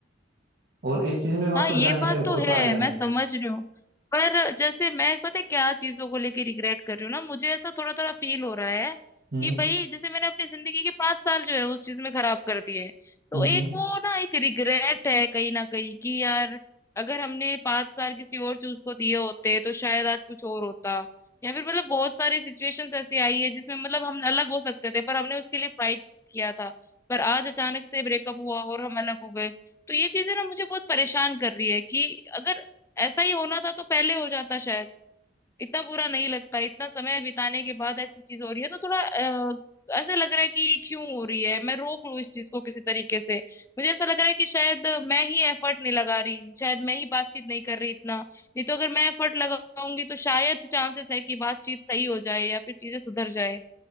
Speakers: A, on the right; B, on the left.
A: और इस चीज में वापस
B: हाँ ये
A: जाने
B: बात
A: का भी
B: तो
A: कोई
B: है
A: फायदा नहीं
B: मैं समझ
A: है
B: रही हूँ पर जैसे मैं पता है क्या चीजों को लेके रिग्रेट कर रही हूँ ना मुझे ऐसा थोड़ा थोड़ा फील हो रहा है
A: हम्म
B: कि भाई जैसे मैंने अपनी जिंदगी के पांच साल जो है उस चीज में खराब कर दिए तो
A: हम्म
B: एक
A: हम्म।
B: वो ना एक रिग्रेट है कहीं ना कहीं कि यार अगर हमने पांच साल किसी और चीज को दिए होते तो शायद आज कुछ और होता या फिर मतलब बहुत सारी सिचुएशंस ऐसी आई है जिसमें मतलब हम अलग हो सकते थे पर हमने उसके लिए फाइट किया था पर आज अचानक से ब्रेकअप हुआ और हम अलग हो गए तो ये चीजें ना मुझे बहुत परेशान कर रही है कि अगर ऐसा ही होना था तो पहले हो जाता शायद इतना बुरा नहीं लगता इतना समय बिताने के बाद ऐसी चीज हो रही है तो थोड़ा अ, ऐसा लग रहा है कि क्यों हो रही है मैं रोक लूं इस चीज को किसी तरीके से मुझे ऐसा लग रहा है कि शायद मैं ही एफर्ट नहीं लगा रही शायद मैं ही बातचीत नहीं कर रही इतना नहीं तो अगर मैं एफर्ट लगाऊंगी तो शायद चांसेस है कि बातचीत सही हो जाए या फिर चीजें सुधर जाए